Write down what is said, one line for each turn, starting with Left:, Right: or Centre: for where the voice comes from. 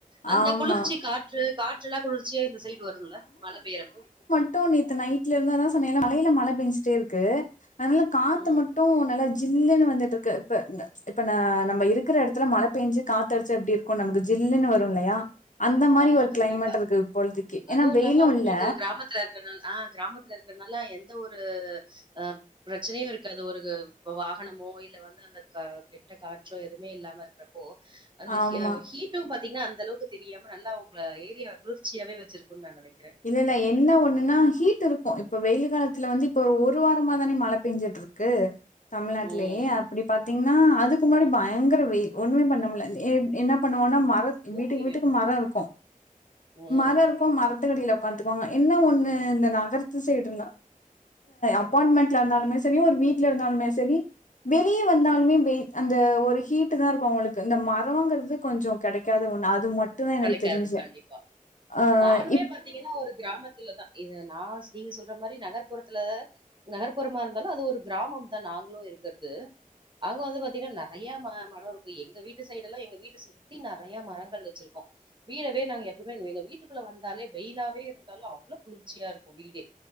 Right: அந்த
Left: ஆமா.
Right: குளிர்ச்சி காற்று காற்று குளிர்ச்சியா இந்த சைடு வரும்ல மழை பெயரப்போ
Left: ட்டோ நேத்து நைட்ல இருந்தா தான் சமையலு மழையில மழ பேஞ்ட்டே இருக்கு அதனால காத்து
Right: ம்
Left: மட்டும் நல்லா ஜில்லுன்னு வந்துட்டு இருக்கு இப்ப இப்ப ந நம்ம இருக்கிற இடத்துல மழ பெஞ்சு காத்தடிச்சு எப்டி இருக்கும் நமக்கு ஜில்லுன்னு வரும் இல்லயா அந்த மாரி
Right: ஆமா
Left: ஒரு
Right: கண்டிப்பா
Left: கிளைமேட் இருக்கு இப்பொழுதைக்கு
Right: அதுவும்
Left: ஏன்னா வெயிலு
Right: இல்லாம உங்களுக்கு
Left: இல்ல
Right: கிராமத்துல இருக்கறனால ஆஹ் கிராமத்துல இருக்கறனால எந்த ஒரு ஒரு அஹ பிரச்சனையும் இருக்கு அது ஒரு வாகனமோ இல்ல வந்து அந்த கெட்ட காற்றோ எதுவுமே இல்லாம இருக்கிறப்போ அந்த
Left: ஆமா
Right: ஹீட்டு பாத் அப்டினா அந்த அளவுக்கு தெரியம் நல்ல உங்கள ஏரியாவ குளிர்ச்சியாவே வச்சிருக்கும் நா நெனக்
Left: இல்ல இல்ல என்ன ஒண்ணுன்னா ஹீட் இருக்கு இப்ப வெயில் காலத்துல வந்து இப்ப ஒரு வாரமா தானே மழை பெஞ்சுட்டு இருக்கு தமிழ்நாட்டுலயே
Right: ம்
Left: அப்டி பாத்தீங் நா அதுக்கு முன்னாடி பயங்கர வெயில் ஒண்ணுமே பண்ண முல என்ன பண்ணுவோனா மர
Right: பூமி
Left: வீட்டுக்கு வீட்டுக்கு
Right: வெப்பமா
Left: மரம் இருக்கும்
Right: ம்.
Left: மரம் இருக்கும் மரத் <unintelligible> உக்காந்துக்குவாங்க என்ன ஒண்ணு இந்த நகரத்து சைடுன அபார்மெண்ட்ல இருந்தாலுமே செரி ஒரு வீட்டுல இருந்தாலுமே செரி வெளிய வந்தாலுமே அந்த ஒரு ஹீட்டு தான் இருக்கும் அவங்களுக்கு இந்த மரம்ங்கிறது கொஞ்சம் கிடைக்காத ஒண்ணு அது மட்டும் டும் தா எனக்கு
Right: கெடைக்காது
Left: தெரிஞ்ச
Right: கண்டிப்பா.
Left: ஆஹ
Right: நானுமே பாத்தீங்கன்னா ஒரு கிராமத்துல தான் இத நான் நீங்க சொல்ற மாரி நகர்புறத்துல நகர்ப்புறமா இருந்தாலும் அது ஒரு கிராமம் தான் நாங்களும் இருக்கிறது அங்க வந்து பாத்தீங்கன்னா நெறைய மரம் இருக்கும் எங்க வீட்டு சைடு லாம் எங்க வீட்ட சுத்தி நெறய மரங்கள் வச்சிருக்கோம் வீடவே நாங்க எப்பவுமே எங்க வீட்டுக்குள்ள வந்தாலே வெயிலாவே இருந்தாலும் அவ்ளோ குளிர்ச்சியா இருக்கும் வீடே